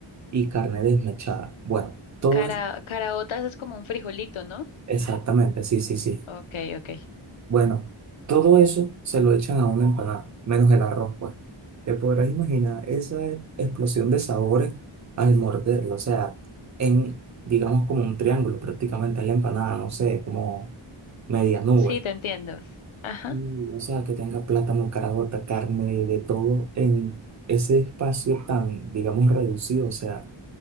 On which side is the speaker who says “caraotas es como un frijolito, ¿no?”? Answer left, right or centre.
Left